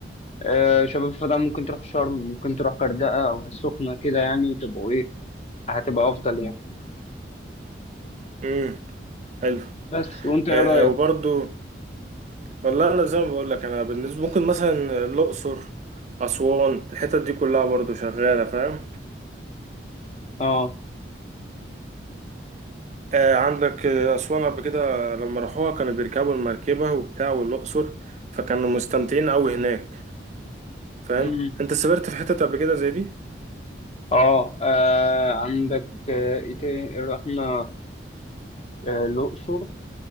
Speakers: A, on the left; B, on the right.
A: آه، شباب فده ممكن تروح شرم ممكن تروح غردقه او السخنه كده يعني تبقوا ايه هتبقى افضل يعني
B: امم حلو
A: بس وانت ايه
B: آه،
A: رايك
B: وبرضو والله انا زي ما بقول لك انا بالنسبة ممكن مثلا الاقصر اسوان الحتت دي كلها برضو شغالة فاهم
A: اه
B: آه، عندك آه، اسوان قبل كده لما راحوها كانوا بيركبوا المركبة وبتاع والاقصر فكانوا مستمتعين قوي هناك فاهم
A: مم.
B: انت سافرت في حتت قبل كده زي دي
A: اه آه، عندك آه، ايه تاني رحنا آه، الاقصر